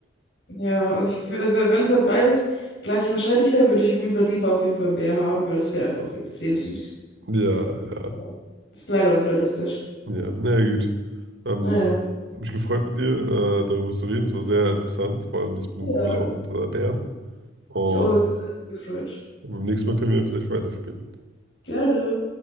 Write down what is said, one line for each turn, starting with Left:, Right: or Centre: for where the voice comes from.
Left: Ja, also ich, wür- also wenn es halt beides gleich wahrscheinlich wäre, würde ich auf jeden Fall lieber auf jeden Fall einen Bär haben, weil das wäre einfach extrem süß.
Right: Ja, ja,
Left: Ja. Ist leider unrealistisch.
Right: ja. Na ja, gut. Ähm,
Left: Naja.
Right: hab mich gefreut mit dir, äh, darüber zu reden. Es war sehr interessant, vor allem das mit
Left: Ja.
Right: dem Gorilla und äh, Bären. Und
Left: Mich auch gefreut.
Right: beim nächsten Mal können wir vielleicht weiterspielen.
Left: Gerne.